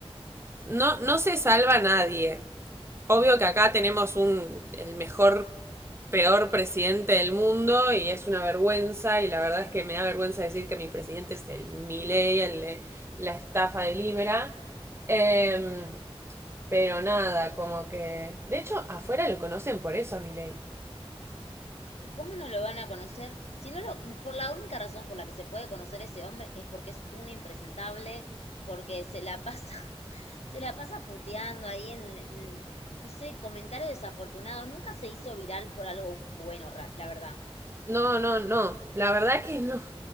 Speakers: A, on the right; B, on the left.
A: no, no se salva nadie. Obvio que acá tenemos un, el mejor, peor presidente del mundo y es una vergüenza y la verdad es que me da vergüenza decir que mi presidente es el Milei, el de la estafa de Libra. Eh, pero nada, como que... De hecho, afuera lo conocen por eso a Milei.
B: ¿Y cómo no lo van a conocer? Si no lo, por la única razón por la que se puede conocer ese hombre es porque es un impresentable, porque se la pasa, <laughs> se la pasa puteando ahí en, en, no sé, comentario desafortunado. Nunca se hizo viral por algo bueno, ra- la verdad.
A: No, no, no. La verdad que no.